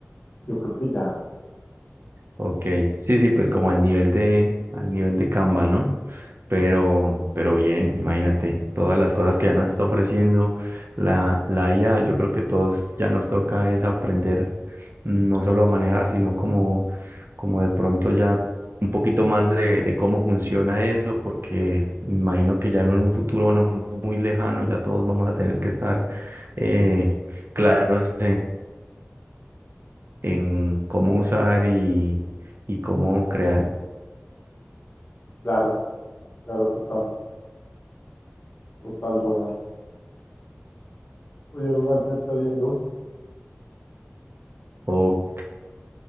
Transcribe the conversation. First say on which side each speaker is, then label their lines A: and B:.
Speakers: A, on the left (about 45°); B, on the right (about 55°).
A: yo creo que ya
B: Ok, sí, sí, pues como al nivel de, al nivel de Canva, ¿no? Pero, pero bien, imagínate, todas las cosas que ya nos está ofreciendo la, la IA, yo creo que todos ya nos toca es aprender mm, no solo a manejar, sino como, como de pronto ya un poquito más de, de cómo funciona eso, porque me imagino que ya en un futuro no muy lejano ya todos vamos a tener que estar eh, claros en cómo usar y, y cómo crear.
A: Claro, claro, total, total, Ronald. Oye, Ronald se está yendo,
B: Ok,